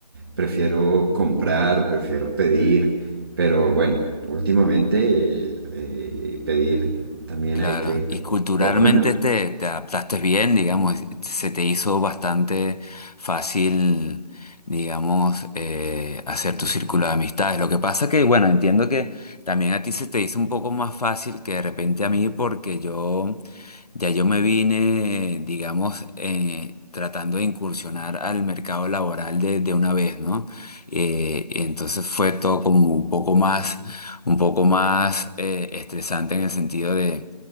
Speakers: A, on the right (about 35°); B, on the left (about 65°).
A: prefiero comprar o prefiero pedir. Pero bueno, últimamente eh, eh, pedir también
B: Claro,
A: hay que pedir
B: y culturalmente
A: un poco, ¿no?
B: te, te adaptaste bien, digamos, se te hizo bastante fácil, digamos, eh, hacer tu círculo de amistades. Lo que pasa que, bueno, entiendo que también a ti se te hizo un poco más fácil que de repente a mí, porque yo ya yo me vine, digamos, eh, tratando de incursionar al mercado laboral de, de una vez, ¿no? Eh, y entonces fue todo como un poco más, un poco más eh, estresante en el sentido de